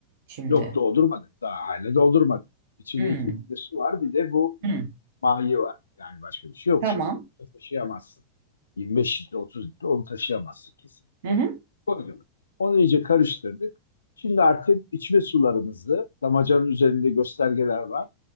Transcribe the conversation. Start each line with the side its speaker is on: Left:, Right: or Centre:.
Right: şimdi?
Left: Yok doldurmadık, daha hala doldurmadık. İçinde
Right: Hı,
Left: iki litre su var bir de bu
Right: hı.
Left: mayi var. Yani başka bir şey yok
Right: Tamam.
Left: şu an. Taşıyamazsın. 25 litre, 30 litre onu taşıyamazsın kesinlikle.
Right: Hı hı.
Left: Koyduk. Onu iyice karıştırdık. Şimdi artık içme sularımızı, damacanın üzerinde göstergeler var.